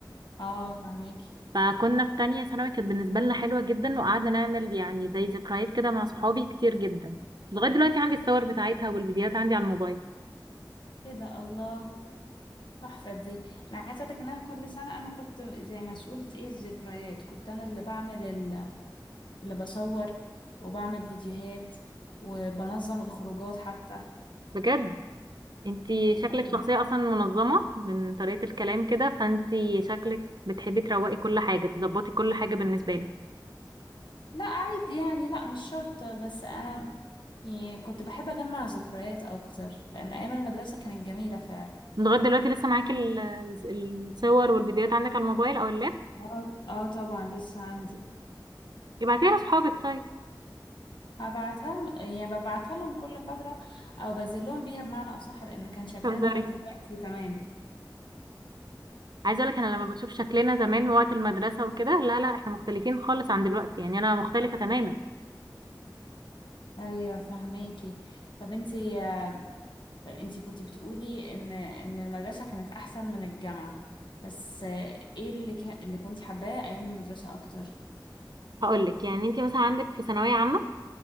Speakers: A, on the left; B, on the right.
A: آه فهماكي
B: فكنا في تانية ثانوي كانت بالنسبة لنا حلوة جدا وقعدنا نعمل يعني زي ذكريات كده مع صحابي كتير جدا لغاية دلوقتي عندي الصور بتاعتها والفيديوهات عندي على الموبايل
A: إيه ده الله تحفة دي أنا عايزة أقولك إن أنا كل سنة أنا كنت زي مسؤولة إيه الذكريات كنت أنا اللي بعمل ال- اللي بصور وبعمل فيديوهات وبنظم الخروجات حتى
B: بجد انتي
A: طبعا
B: شكلك شخصية اصلا منظمة من طريقة الكلام كده فانتي شكلك بتحبي تروقي كل حاجة تظبطي كل حاجة بالنسبة لك
A: لا عادي يعني لا مش شرط بس أنا يعني كنت بحب أجمع ذكريات أكتر لأن أيام المدرسة كانت جميلة فعلا
B: لغاية دلوقتي لسه معاكي ال- الصور والفيديوهات عندك على الموبايل او اللاب
A: اه اه طبعا لسه عندي
B: ابعتيها لصحابك طيب
A: هبعتها م- يعني ببعتها لهم كل فترة او بنزل لهم بيها بمعنى اصح لان كان شكلنا
B: تهزري
A: غير دلوقتي تمام
B: عايزه اقول لك انا لما بشوف شكلنا زمان وقت المدرسه وكده لا لا احنا مختلفين خالص عن دلوقتي يعني انا مختلفه تماما
A: ايوه فهماكي طب انتي انتي كنتي بتقولي ان ان المدرسة كانت احسن من الجامعة بس آه، ايه اللي ك... اللي كنتي حباه ايام المدرسة اكتر
B: هقول لك يعني انت مثلا عندك في ثانويه عامه